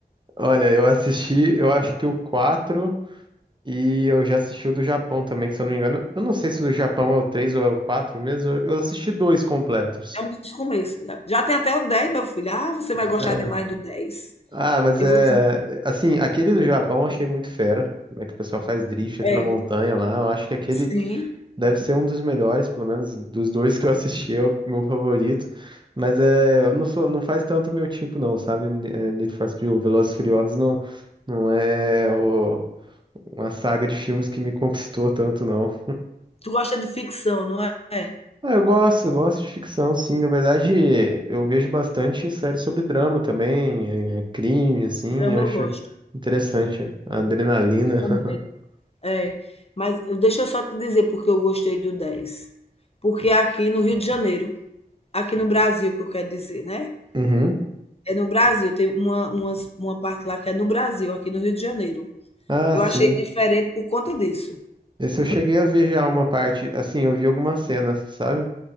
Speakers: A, on the right; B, on the left.
A: Olha, eu assisti, eu acho que o 4 e eu já assisti o do Japão também, que se eu não me engano, eu não sei se o do Japão é o 3 ou é o 4 mesmo, eu eu assisti dois completos.
B: É um dos começos. né? Já tem até o dez meu filho. Ah, você
A: É.
B: vai gostar demais do 10.
A: Ah, mas
B: Eu
A: é,
B: vou te...
A: assim, aquele do Japão eu achei muito fera, Como é que o pessoal faz drift até
B: É,
A: na montanha lá, eu acho que aquele
B: sim.
A: deve ser um dos melhores, pelo menos dos dois que eu assisti, é o meu favorito. Mas é, eu não sou, não faz tanto o meu tipo não, sabe? Ni- eh, Need for Speed, ou Velozes e Furiosos não, não é o uma saga de filmes que me conquistou tanto, não.
B: Tu gosta de ficção, não é? É.
A: Ah, eu gosto, gosto de ficção, sim. Na verdade, eu vejo bastante séries sobre drama também, é, é, crime, assim,
B: Drama
A: eu acho
B: eu gosto
A: interessante. A adrenalina.
B: também.
A: <laughs>
B: É. Mas eh, deixa eu só te dizer porque eu gostei do dez, Porque é aqui no Rio de Janeiro, aqui no Brasil, que eu quero dizer, né?
A: Uhum.
B: É no Brasil, tem uma, uma, uma parte lá que é no Brasil, aqui no Rio de Janeiro.
A: Ah,
B: Eu
A: sim.
B: achei diferente por conta disso.
A: Esse eu cheguei a ver já uma parte, assim, eu vi algumas cenas, sabe?